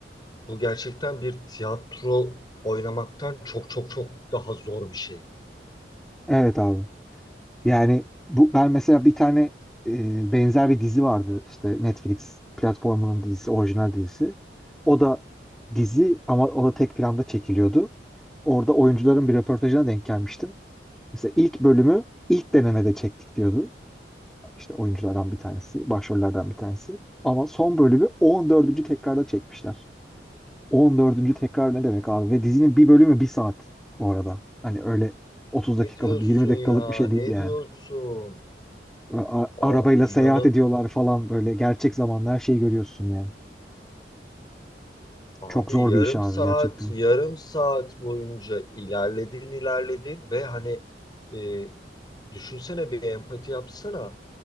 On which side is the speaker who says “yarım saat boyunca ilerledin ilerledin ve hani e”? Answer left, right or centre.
Left